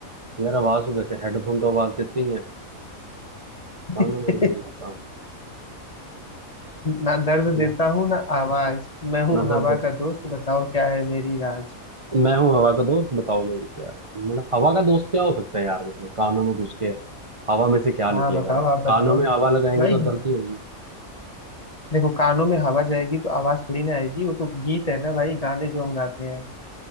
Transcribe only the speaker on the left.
<laughs>
ना दर्द देता
हूँ ना आवाज मैं
हूँ हवा
का दोस्त बताओ क्या है मेरी राज
हाँ बताओ आप
बताओ
भाई
देखो कानों में हवा जाएगी तो आवाज थोड़ी ना आएगी वो तो गीत है ना भाई गाने जो हम गाते हैं